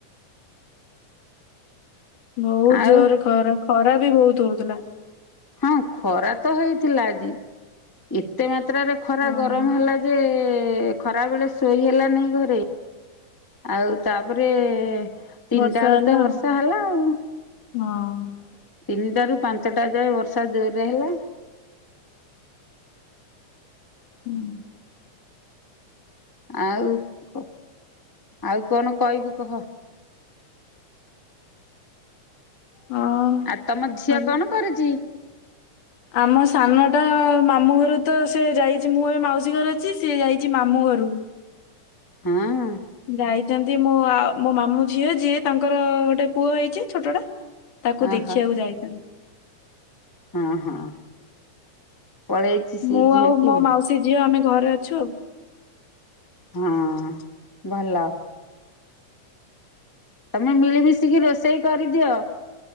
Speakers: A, on the left; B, on the left.
A: ବହୁତ୍
B: ଆଉ
A: ଜୋରରେ ଖରା-ଖରା ବି ବହୁତ୍ ହଉଥିଲା,
B: ହଁ ଖରା ତ ହେଇଥିଲା ଆଜି। ଏତେ ମାତ୍ରାରେ ଖରା
A: ହଁ
B: ଗରମ ହେଲା ଯେ ଖରା ବେଳେ ଶୋଇ ହେଲା ନାଇଁ ଘରେ ଆଉ ତାପରେ ତିନିଟା
A: ବର୍ଷା
B: ବେଳୁ
A: ହେଲା
B: ତ
A: ଆଉ
B: ବର୍ଷା ହେଲା ଆଉ।
A: ହଁ
B: ତିନିଟା ରୁ ପାଞ୍ଚଟା ଯାଏ ବର୍ଷା ଜୋର ରେ ହେଲା।
A: <inaudible>
B: ଆଉ କ ଆଉ କଣ କହିବୁ କହ।
A: ହଁ।
B: ଆଉ ତମ ଝିଅ
A: ଆଉ
B: କଣ କରୁଛି?
A: ଆମ ସାନଟା ମାମୁଁ ଘରୁ ତ ସେ ଯାଇଛି ମୁଁ ଏବେ ମାଉସୀ ଘର ଅଛି ସେ ଯାଇଛି ମାମୁଁ ଘରୁ।
B: ହଁ।
A: ଯାଇଛନ୍ତି ମୋ ଆଉ ମୋ ମାମୁଁ ଝିଅ ଯିଏ ତାଙ୍କର ଗୋଟେ ପୁଅ ହେଇଛି ଛୋଟଟା। ତାକୁ
B: ଓହୋ
A: ଦେଖିବାକୁ ଯାଇଛନ୍ତି।
B: ହଁ, ହଁ। ପଳେଇଛି ସେ
A: ମୁଁ
B: ଝିଅଟି
A: ଆଉ ମୋ ମାଉସୀ ଝିଅ ଆମେ ଘରେ ଅଛୁ।
B: ହଁ ଭଲ। ତମେ ମିଳିମିଶିକି ରୋଷେଇ କରିଦିଅ